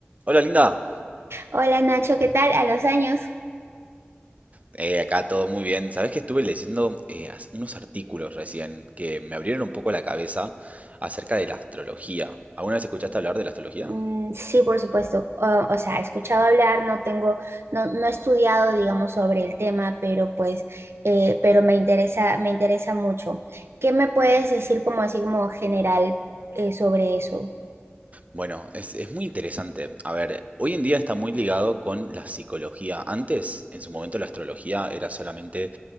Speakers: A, on the right; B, on the right.
A: Hola Linda,
B: Hola Nacho, ¿qué tal? ¿A los años?
A: Eh, acá todo muy bien. Sabes que estuve leyendo eh, as- unos artículos recién que me abrieron un poco la cabeza acerca de la astrología. ¿Alguna vez escuchaste hablar de la astrología?
B: Mm, sí, por supuesto. O, o sea, he escuchado hablar, no tengo, no, no he estudiado, digamos, sobre el tema, pero pues, eh, pero me interesa, me interesa mucho. ¿Qué me puedes decir como así como general eh, sobre eso?
A: Bueno, es, es muy interesante. A ver, hoy en día está muy ligado con la psicología. Antes, en su momento, la astrología era solamente